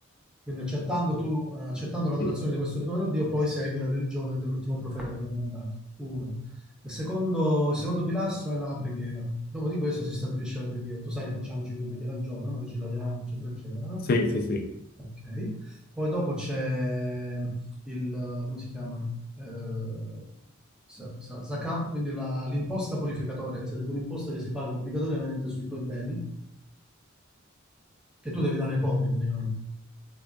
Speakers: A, in the centre; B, on the left.
A: quindi accettando, tu, eh, accettando l'adorazione
B: Sì,
A: di questo unico vero Dio, poi segui la religione dell'ultimo profeta che lo ha mandato. Uno. Il secondo, il secondo pilastro è la preghiera. Dopo di questo si stabilisce la preghiera. Tu sai, che facciamo 5 preghiere al giorno, noi ci laviamo, eccetera, eccetera. no?
B: sì, sì. sì.
A: Ok. Poi dopo c'è il, come si chiama? Eh, sa- sa- Zakat, quindi la- l'imposta purificatoria, che sarebbe un'imposta che si paga obbligatoriamente sui tuoi beni, che tu devi dare ai poveri praticamente.